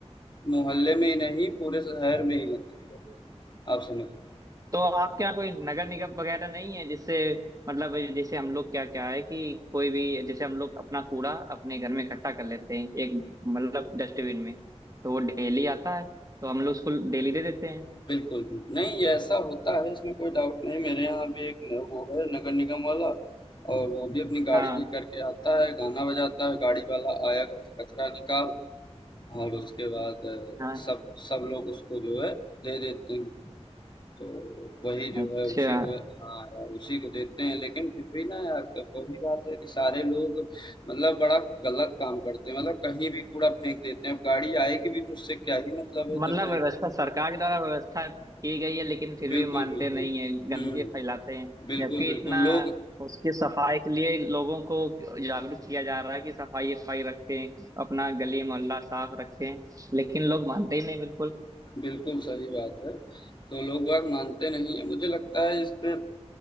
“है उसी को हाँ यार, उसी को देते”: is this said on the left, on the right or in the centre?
Left